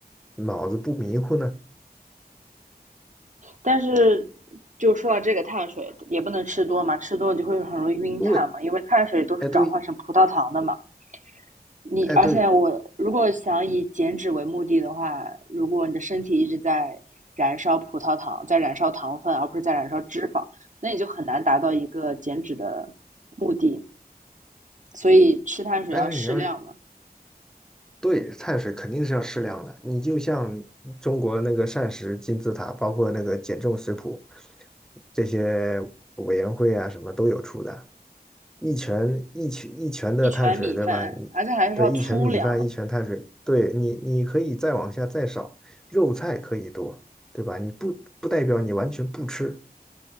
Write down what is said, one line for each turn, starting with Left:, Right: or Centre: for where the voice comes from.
Centre: 脑子不迷糊呢？
Right: 但是就说到这个碳水，也不能吃多嘛，吃多就会很容易晕碳嘛，
Centre: 对，
Right: 因为碳水都是转化成葡萄糖的嘛。
Centre: 哎对，
Right: 你而且我如果想以减脂为目的的话，
Centre: 哎对，
Right: 如果你的身体一直在燃烧葡萄糖，在燃烧糖分，而不是在燃烧脂肪，那你就很难达到一个减脂的目的。所以吃碳水要适量嘛，
Centre: 但是你要对，碳水肯定是要适量的。你就像中国那个膳食金字塔，包括那个减重食谱，这些委员会啊什么都有出的。一拳一拳一拳的碳水，
Right: 一拳米饭，
Centre: 对吧？你对一拳米饭一拳碳水，
Right: 而且还是要粗粮，
Centre: 对你你可以再往下再少，肉菜可以多，对吧？你不不代表你完全不吃，